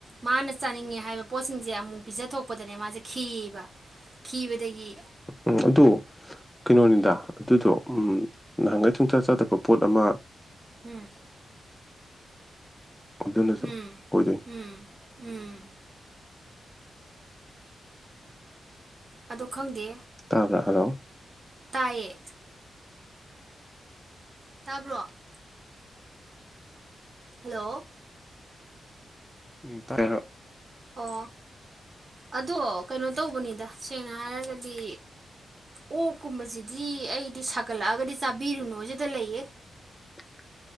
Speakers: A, on the right; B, in the centre.
A: ꯃꯥꯅ ꯆꯥꯅꯤꯡꯉꯦ ꯍꯥꯏꯕ ꯄꯣꯠꯁꯤꯡꯁꯦ ꯑꯃꯨꯛ ꯄꯤꯖꯊꯣꯛꯄꯗꯅꯦ ꯃꯥꯁꯦ ꯈꯤꯌꯦꯕ ꯀꯤꯕꯗꯗꯒꯤ
B: ꯎꯝ ꯑꯗꯨ ꯀꯩꯅꯣꯅꯤꯗ ꯑꯗꯨꯗꯣ ꯎꯝ ꯅꯍꯥꯟꯈꯩ ꯊꯨꯡꯆꯥ ꯆꯥꯗꯕ ꯄꯣꯠ ꯑꯃ
A: ꯎꯝ
B: ꯑꯗꯨꯅꯁꯨ
A: ꯎꯝ
B: ꯑꯣꯏꯗꯣꯏꯅꯤ
A: ꯎꯝ ꯎꯝ ꯑꯗꯣ ꯈꯪꯗꯦ
B: ꯇꯥꯕ꯭ꯔꯥ ꯍꯜꯂꯣ
A: ꯇꯥꯏꯌꯦ ꯇꯥꯕ꯭ꯔꯣ ꯍꯜꯂꯣ
B: ꯎꯝ ꯇꯔꯦꯔꯣ
A: ꯑꯣ ꯑꯗꯣ ꯀꯩꯅꯣ ꯇꯧꯕꯅꯤꯗ ꯁꯦꯡꯅ ꯍꯥꯏꯔꯒꯗꯤ ꯑꯣꯛꯀꯨꯝꯕꯁꯤꯗꯤ ꯑꯩꯗꯤ ꯁꯥꯒꯠꯂꯛꯑꯒꯗꯤ ꯆꯥꯕꯤꯔꯨꯅꯨ ꯁꯤꯗ ꯂꯩꯌꯦ
B: <inaudible>